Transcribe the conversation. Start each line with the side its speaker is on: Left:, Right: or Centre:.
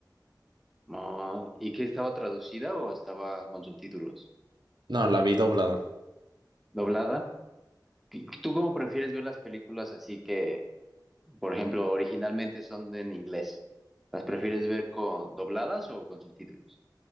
Centre: Ah, ¿y qué estaba traducida o estaba con subtítulos?
Right: No, la vi doblada.
Centre: ¿Doblada? ¿Qué- ¿Tú cómo prefieres ver las películas así que, por ejemplo, originalmente son en inglés? ¿Las prefieres ver con dobladas o con subtítulos?